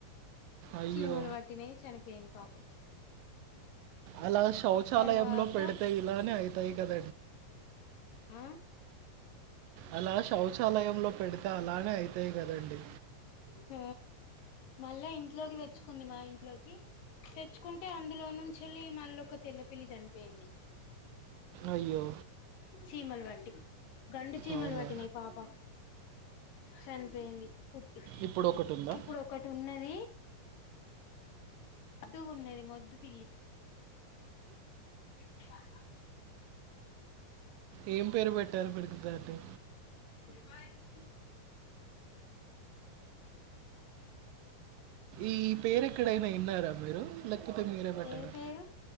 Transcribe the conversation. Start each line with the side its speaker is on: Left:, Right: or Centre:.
Right: అయ్యో
Left: చీమలు వట్టినై చనిపోయింది పాపం
Right: అలా శౌచాలయంలో
Left: తర్వాత
Right: పెడితే ఇలానే అయితాయి కద
Left: ఆ
Right: అలా శౌచాలయంలో పెడితే అలానే అయితాయి కదండి
Left: హ మళ్ళా ఇంట్లోకి తెచ్చుకుంది మా ఇంట్లోకి తెచ్చుకుంటే అందులో నుంచేళ్ళి మల్లోక తెల్లపిల్లి చనిపెయింది
Right: అయ్యో
Left: చీమల్ వట్టి గండు చీమల్
Right: అవునా
Left: వట్టినయి పాపం చనిపోయింది కుట్టి
Right: ఇప్పుడు ఒకటి ఉందా
Left: ఇప్పుడు ఒకటి ఉన్నది ముద్దుగున్నది మొద్దు పిల్లి ఆ
Right: ఏం పేరు పెట్టారు పెడుగుతటె
Left: మాంచి
Right: ఈ పేరు ఎక్కడైనా ఇన్నారా మీరు లేకపోతే మీరే పెట్టారా
Left: ఏ పేరు